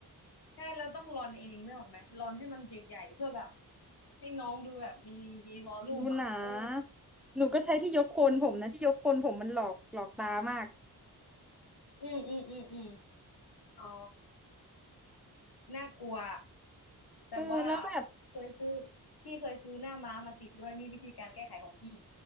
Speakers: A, on the left; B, in the centre.
A: ใช่เราต้องรอนเองเนกออกไหมรอนให้มันใหญ่ๆเพื่อแบบให้น้องดูแบบมีมีวอลลุ่มอ่ะเออ
B: ดูหนาหนูก็ใช้ที่ยกโคนผมนะที่ยกโคนผมมันหลอกหลอกตามาก
A: อืมอืมอืมอืมอืมอ๋อน่ากลัวแต่ว่า
B: เออแล้วแบบ
A: เคยซื้อพี่เคยซื้อหน้าม้ามาติดด้วยนี่วิธีการแก้ไขของพี่